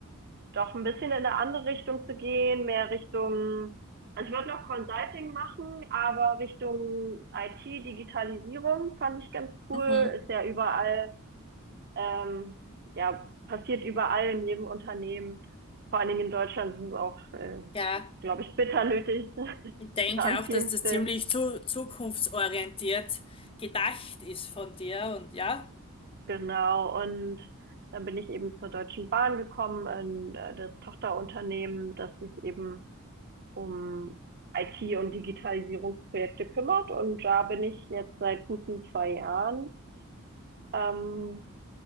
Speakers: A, on the right (about 50°); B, on the left (about 25°).
A: doch ein bisschen in eine andere Richtung zu gehen, mehr Richtung, also ich wollte noch Consulting machen, aber Richtung IT, Digitalisierung fand ich ganz cool.
B: mhm.
A: Ist ja überall, ähm, ja, passiert überall in jedem Unternehmen. Vor allen Dingen in Deutschland sind es auch, äh,
B: Ja.
A: glaube ich, bitter nötig <laughs>
B: Ich denke
A: an
B: auch,
A: vielen
B: dass das
A: Stellen.
B: ziemlich zu, zukunftsorientiert gedacht ist von dir und ja,
A: Genau, und dann bin ich eben zur Deutschen Bahn gekommen, in äh, das Tochterunternehmen, das sich eben um IT- und Digitalisierungsprojekte kümmert. Und da bin ich jetzt seit guten zwei Jahren. Ähm,